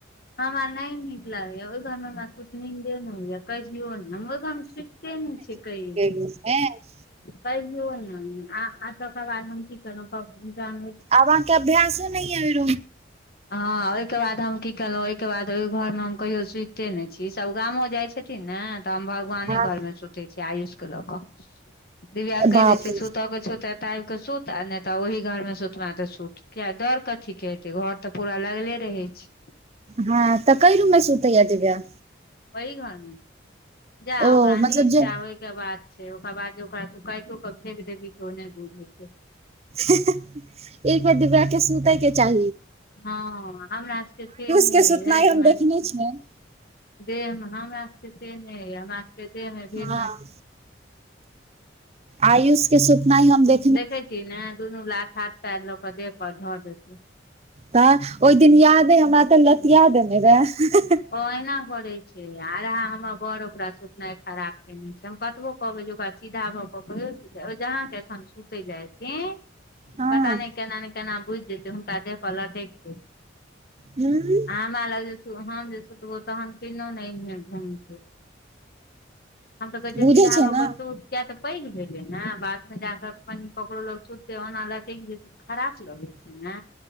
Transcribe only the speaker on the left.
हरा नहि नीक लागै ओ घरमे कूटनी दे न होै कै य कहै छ न म ग हम सुटते न छै कहीय
कहयो नै आ तकर बाद हम की करब जान
हँ ओहिके बाद हम की केलहुँं ओहिके बाद ओहि घरमे हम कहियो सुते नहि छी सभ गामो जाइत छ छथिन ने तऽ हम भगवाने
घरमे सुतै छीयै आयुष के लऽ क दिव्या
कहि दै छ
सुत क छ टाइप के सूत आ नहि तऽ ओहि घर मे सुतना ते सूत किया डर कथी के हेते घ तऽ पूरा लगले रहै छ
वहि घरमे जा
ओकरा
नींड
त आब के बात छै ओकरा बाद जे ओकरा तू कातो के फेेक देबी ओ नहि बुझे छ
हँ हमराके से नहि
राटम
देह मे हमरा सबके से नहि हमरा सबके देह मे भीड
देखै छी ने दुनू लाख हाथ पार ल के दे पर धऽ देत
ओ एहिना करे छै आरहा हमर बड़ ओकरा सुोतनाइ खराब केने छै हम कतब कहबै जे ओकरा सीधा भऽ कऽ कहियौ सु जहाँके एखन सुते जाय
पता नहि केना ने केना बुझि जेतै हुनका देह पर लटकदे
हमरा लग जे हम जे सुतबो तहन किल घुम हम तऽ कह
सीधा
भा
का सु किया तऽ पैघ भेलै ने बाद मे जाकऽ कनि ककरो लग सुते ओना लटकि जेत खराब लगैत छै ने